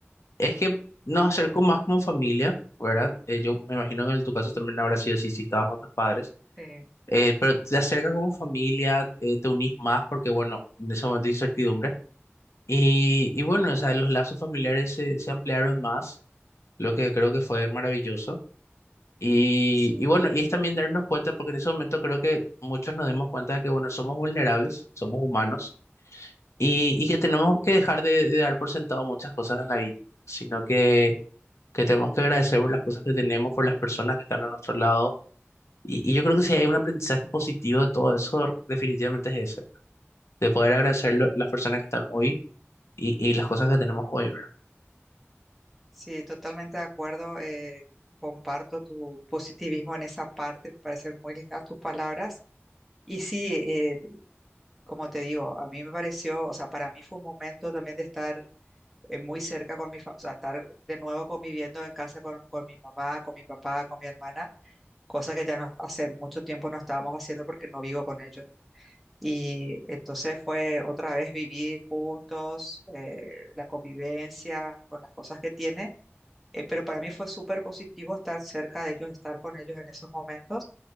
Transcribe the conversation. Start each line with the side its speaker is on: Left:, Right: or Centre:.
Left: es que nos acercó más como familia, ¿verdad? Eh, yo me imagino que en tu caso también habrá sido así si estabas con tus padres
Centre: sí,
Left: eh, pero te acerca como familia, eh, te unís más porque, bueno, en ese momento hay incertidumbre. Y, y bueno, o sea, los lazos familiares se, se ampliaron más, lo que creo que fue maravilloso. Y,
Centre: sí,
Left: y bueno, y es también darnos cuenta, porque en ese momento creo que muchos nos dimos cuenta de que, bueno, somos vulnerables, somos humanos, y, y que tenemos que dejar de, de dar por sentado muchas cosas en la vida, sino que, que tenemos que agradecer por las cosas que tenemos, por las personas que están a nuestro lado y, y yo creo que si hay un aprendizaje positivo de todo eso, definitivamente es ese, ¿verdad? De poder agradecer lo- las personas que están hoy y, y las cosas que tenemos hoy, ¿verdad?
Centre: sí, totalmente de acuerdo. eh, comparto tu positivismo en esa parte, me parecen muy lindas tus palabras. Y sí, eh, como te digo, a mí me pareció, o sea, para mí fue un momento también de estar eh, muy cerca con mi, fa- o sea, estar de nuevo conviviendo en casa con, con mi mamá, con mi papá, con mi hermana, cosa que ya no, hace mucho tiempo no estábamos haciendo porque no vivo con ellos. Y entonces fue otra vez vivir juntos, eh, la convivencia con las cosas que tiene eh, pero para mí fue súper positivo estar cerca de ellos, estar con ellos en esos momentos